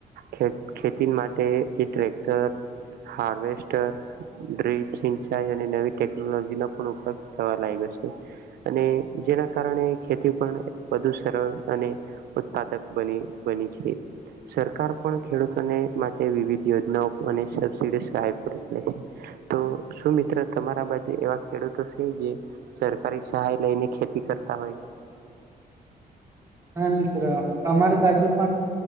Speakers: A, on the right; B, on the right.
A: ખે-ખેતી માટે જે ટ્રેક્ટર હાર્વેસ્ટર ડ્રિપ સિંચાઈ અને નવી ટેકનોલોજી ન પણ ઉપયોગ થવા લાગ્યો છે અને જેના કારણે ખેતી પણ વધુ સરળ અને ઉત્પાદક બની બની છે. સરકાર પણ ખેડૂતોને માટે વિવિધ યોજનાઓ અને સબસીડી સહાય <unintelligible> તો શું મિત્ર તમારા બાજુ એવા ખેડૂતો છે. જે સરકારી સહાય લઈને ખેતી કરતા હોય. <inaudible>
B: હા મિત્ર અમારી બાજુ